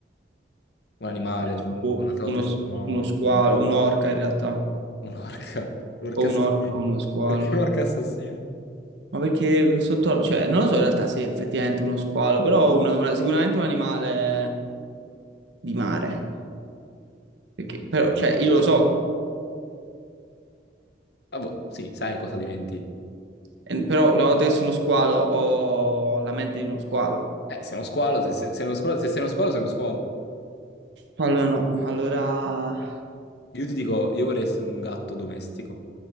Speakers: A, on the left; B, on the right.
A: Un animale,
B: Penso
A: un, un altro
B: uno,
A: essere umano,
B: uno squalo, un'orca in realtà,
A: un'orca, un'orca
B: o
A: assassina.
B: un'orca o uno squalo.
A: Perché un'orca assassina?
B: Ma perché sotto, cioè, non lo so in realtà se effettivamente uno squalo, però una- una- sicuramente un animale di mare. Perché,
A: Effettivamente.
B: però, cioè, io lo so,
A: Ah, boh, sì, sai cosa diventi.
B: e- però una volta che sono squalo ho la mente di uno squalo.
A: Eh, sei uno squalo, se, se- sei uno squalo, se sei uno squalo, sei uno squalo.
B: Allora no, allora...
A: Io ti dico, io vorrei essere un gatto domestico.